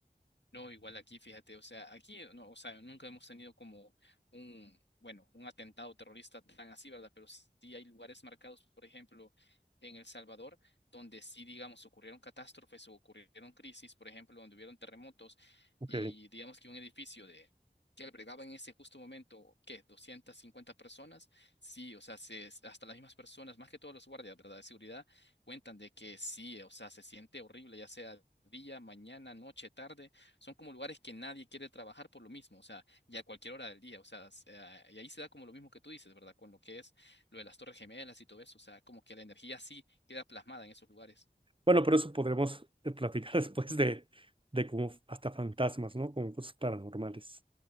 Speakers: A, on the left; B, on the right.
A: No, igual aquí, fíjate, o sea, aquí no, o sea, nunca hemos tenido como un, bueno, un atentado terrorista tan así, ¿verdad? Pero sí hay lugares marcados, por ejemplo, en El Salvador, donde sí, digamos, ocurrieron catástrofes o ocurrieron crisis, por ejemplo, donde hubieron terremotos
B: Ok.
A: y digamos que un edificio de que albergaba en ese justo momento, ¿qué? 250 personas. Sí, o sea, se, hasta las mismas personas, más que todos los guardias, ¿verdad? De seguridad, cuentan de que sí, o sea, se siente horrible, ya sea día, mañana, noche, tarde son como lugares que nadie quiere trabajar por lo mismo, o sea, ya a cualquier hora del día, o sea, s- eh, y ahí se da como lo mismo que tú dices, ¿verdad? Con lo que es lo de las Torres Gemelas y todo eso, o sea, como que la energía sí queda plasmada en esos lugares.
B: Bueno, pero eso podremos eh, platicar <laughs> después de, de como hasta fantasmas, ¿no? Como cosas paranormales.